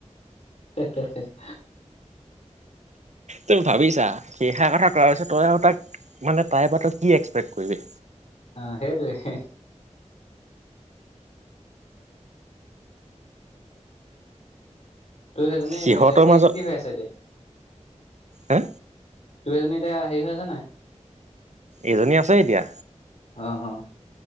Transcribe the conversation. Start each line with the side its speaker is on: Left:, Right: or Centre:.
Left: <unintelligible> <inaudible>
Right: তই ভাবিছা সেইষাৰ কথা কোৱাৰ পিছত তই আৰু তাক মানে তাইৰ পৰা তই কি এক্সপেক্ট কৰিবি।
Left: অ' সেইটোৱে তোৰ সেইজনী
Right: সিহঁতৰ
Left: এ কি
Right: মাজত
Left: কি হৈ আছে এতিয়া
Right: হে
Left: তোৰ এইজনী এতিয়া হেৰি হৈ আছে নাই
Right: এইজনী আছে এতিয়া।
Left: অ', অ'।